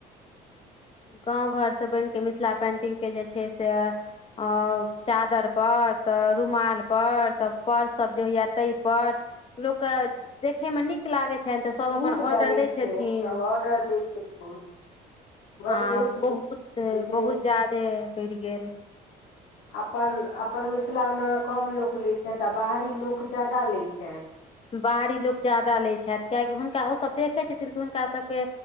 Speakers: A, on the left; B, on the left.
A: गाँव घरसँ बनिकेऽ मिथिला पेन्टिंगके जे छै से अ चादर पर तऽ रूमाल पर तऽ पर्स सब जे होइया तहि पर लोक के देखै मे नीक लागे छै छैन तऽ सब
B: नीक
A: अपन ओर्डर
B: लगै
A: दै
B: छै
A: छथिन
B: सब ऑर्डर दै छथिन बड
A: आ
B: बेसी
A: बहुत
B: बिजनेस
A: बहुत जादे बढ़ि गेल
B: अपन अपन मिथिलामे कम लोक लैत छथि आ बाहरी लोक ज्यादा लैत छथि
A: बाहरी लोक ज्यादा लै छथि कियाकि हुनका ओसभ देखैत छथिन तऽ हुनका सभके